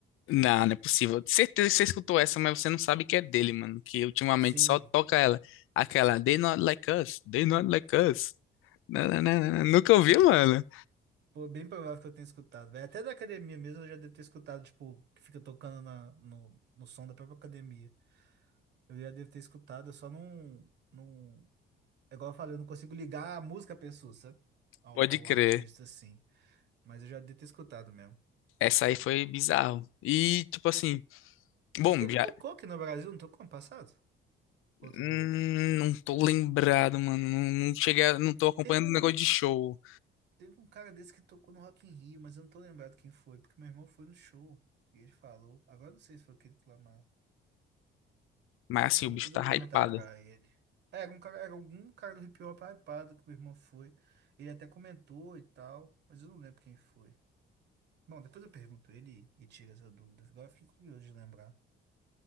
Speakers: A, on the left (about 85°); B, on the right (about 55°).
A: Não, não é possível. Certeza que você escutou essa, mas você não sabe que é dele, mano. Que ultimamente
B: Sim,
A: só toca ela. Aquela They Not Like Us, They Not Like Us. Não, não, não, não. Nunca ouviu, mano?
B: pô, bem provável que eu tenha escutado, velho. Até da academia mesmo eu já devo ter escutado, tipo, que fica tocando na, no, no som da própria academia. Eu já devo ter escutado, eu só não, não... É igual eu falei, eu não consigo ligar a música à pessoa, sabe? Ao,
A: Pode
B: ao
A: crer.
B: artista, assim. Mas eu já devo ter escutado mesmo.
A: Essa aí foi bizarro. E, tipo assim, bom,
B: Ele
A: já.
B: tocou aqui no Brasil, não tocou ano passado? Ô, tô
A: hum,
B: doido.
A: não tô lembrado, mano. Não, não cheguei, a- não tô acompanhando
B: Teve um
A: o negócio de show.
B: Teve um cara desse que tocou no Rock in Rio, mas eu não tô lembrado quem foi, porque meu irmão foi no show e ele falou. Agora eu não sei se foi aquele que clamava.
A: Mas, assim,
B: Pô,
A: o bicho
B: depois
A: tá
B: eu vou perguntar
A: hypado.
B: pra ele. É, Era um cara, era algum cara do hip hop hypado que meu irmão foi. Ele até comentou e tal, mas eu não lembro quem foi. Bom, depois eu pergunto ele e tira essa dúvida. Agora eu fiquei curioso de lembrar.